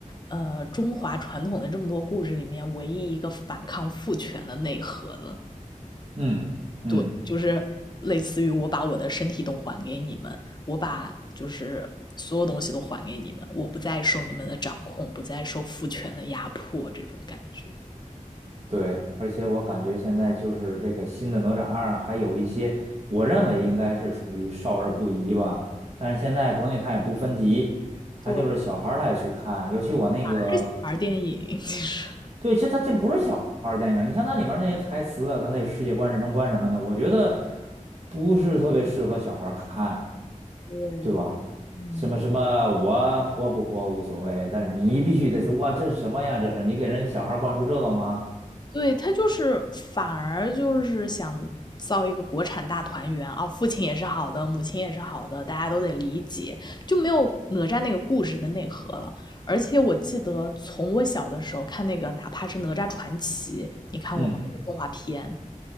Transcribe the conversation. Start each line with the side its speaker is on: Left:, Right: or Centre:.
Left: 呃，中华传统的这么多故事里面唯一一个反抗父权的内核的。
Right: 嗯嗯，
Left: 对，就是类似于我把我的身体都还给你们，我把就是所有东西都还给你们，我不再受你们的掌控，不再受父权的压迫，这种感觉。
Right: 对，而且我感觉现在就是这个新的《哪吒二》，还有一些我认为应该是属于少儿不宜吧，但是现在国内它也不分级，它就是小孩儿他也去看，
Left: 对，
Right: 尤其我那个。
Left: 还是小孩儿电影，其实。
Right: 对，其实它这不是小孩儿电影儿你像它里面儿那些台词啊，它那世界观、人生观什么的，我觉得不是特别适合小孩儿看，
Left: 对，
Right: 对吧？
Left: 嗯，
Right: 什么什么，我活不活无所谓，但是你必须得是哇，这是什么呀？这是你给人小孩儿灌输这个吗？
Left: 对，他就是反而就是想造一个国产大团圆啊，父亲也是好的，母亲也是好的，大家都得理解，就没有哪吒那个故事的内核了。而且我记得从我小的时候看那个，哪怕是《哪吒传奇》，你看过吗？
Right: 嗯，
Left: 那个动画片。